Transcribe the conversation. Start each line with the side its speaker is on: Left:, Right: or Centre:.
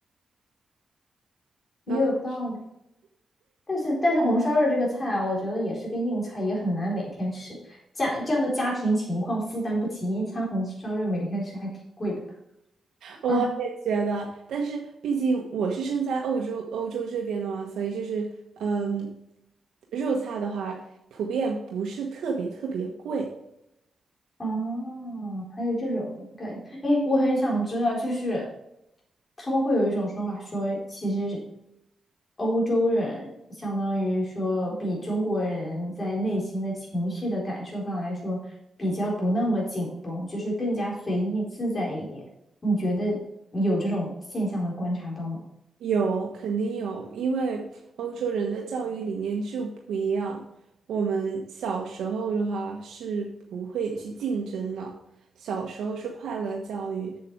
Left: 也有道理。
Right: 那
Left: 但是但是红烧肉这个菜啊，我觉得也是个硬菜，也很难每天吃。家这样的家庭情况负担不起一餐红烧肉，每天吃还挺贵的
Right: 我也觉得，
Left: 啊。
Right: 但是毕竟我是生在欧洲，欧洲这边的嘛，所以就是，嗯，肉菜的话，普遍不是特别特别贵，
Left: 哦，还有这种感觉，哎，我很想知道，就是他们会有一种说法说，其实欧洲人相当于说比中国人在内心的情绪的感受上来说，比较不那么紧绷，就是更加随意自在一点。你觉得有这种现象的观察到吗？
Right: 有，肯定有，因为欧洲人的教育理念就不一样。我们小时候的话是不会去竞争的，小时候是快乐教育，